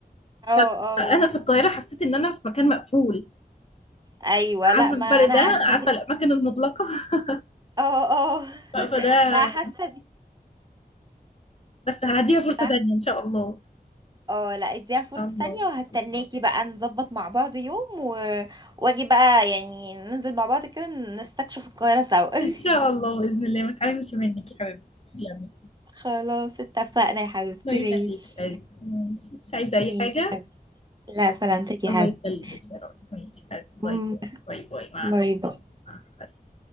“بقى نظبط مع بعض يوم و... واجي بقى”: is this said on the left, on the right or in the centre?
Right